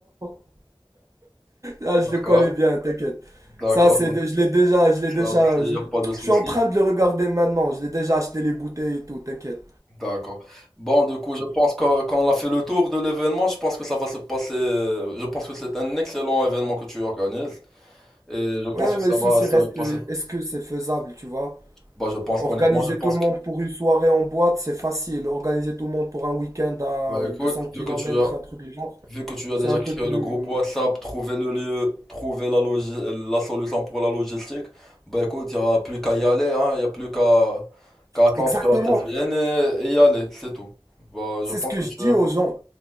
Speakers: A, on the right; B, in the centre.
A: <laughs> Ah,
B: D'accord,
A: je le connais bien, t'inquiète.
B: d'accord.
A: Ça, c'est, dé- je l'ai déjà, je l'ai
B: Ça
A: déjà,
B: aussi,
A: je,
B: pas de souci.
A: je suis en train de le regarder maintenant. Je l'ai déjà acheté les bouteilles et tout, t'inquiète.
B: D'accord. Bon, du coup, je pense qu'on qu'on a fait le tour de l'événement. Je pense que ça va se passer. euh, Je pense que c'est un excellent événement que tu organises. Et je pense
A: Ouais,
B: que
A: mais
B: ça
A: le souci
B: va se
A: reste,
B: passer.
A: euh, est-ce que c'est faisable, tu vois?
B: Bah, je pense,
A: Organiser
B: honnêtement, je pense
A: tout le monde
B: que.
A: pour une soirée en boîte, c'est facile. Organiser tout le monde pour un week-end à
B: Bah, écoute,
A: deux cents kilomètres,
B: vu que tu as,
A: un truc du genre,
B: vu que tu as
A: c'est
B: déjà
A: un peu
B: créé
A: plus...
B: le groupe WhatsApp,
A: euh,
B: trouvé le lieu, trouvé la logi- la solution pour la logistique, bah, écoute, il n'y a plus qu'à y aller, hein. Il n'y a plus qu'à qu'à attendre
A: Exactement.
B: que la thèse vienne et, et y aller. C'est tout. Bah,
A: C'est
B: je pense
A: ce que
B: que
A: je
B: tu
A: dis
B: as.
A: aux gens.